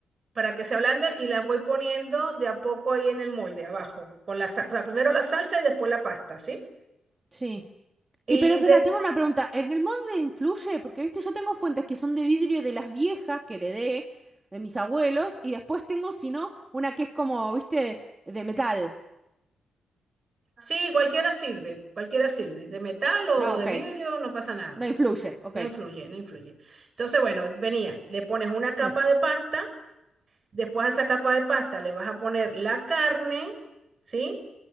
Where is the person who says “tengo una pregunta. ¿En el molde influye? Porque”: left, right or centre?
Right